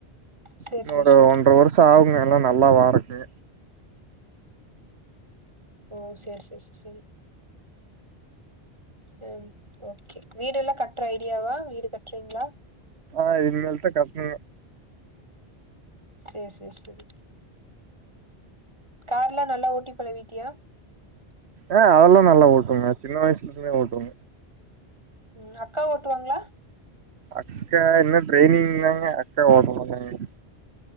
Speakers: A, on the right (about 25°); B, on the right (about 80°).
A: சேரி
B: இன்னொரு
A: சேரி சேரி
B: ஒன்ர வரு ஷ ஆவுங்க எல்லா நல்லா வாறக்கு
A: ஓ செர் செர் செர் செரி ம் ஓகே வீடெல்லா கட்ற ஐடியாவா வீடு கட்றீங்களா
B: ஆ இன்மேல் தா கட்ணுங்க
A: சேர் சேர் சேரி கார்லா நல்லா ஓட்டி பழவிட்டியா
B: ஆ அதெல்லா நல்லா ஓட்டுவெங்க சின்ன வயசுல இருந்தே ஓட்டுவெ
A: ம் அக்கா ஓட்டுவாங்ளா
B: அக்கா இன்னு ட்ரரைனிங் தாங்க அக்கா ஓட்ட மாட்டாங்க